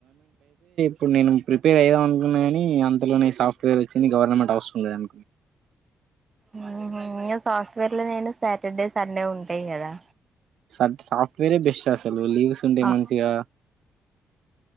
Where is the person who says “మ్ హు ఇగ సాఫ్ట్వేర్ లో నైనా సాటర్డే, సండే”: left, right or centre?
Right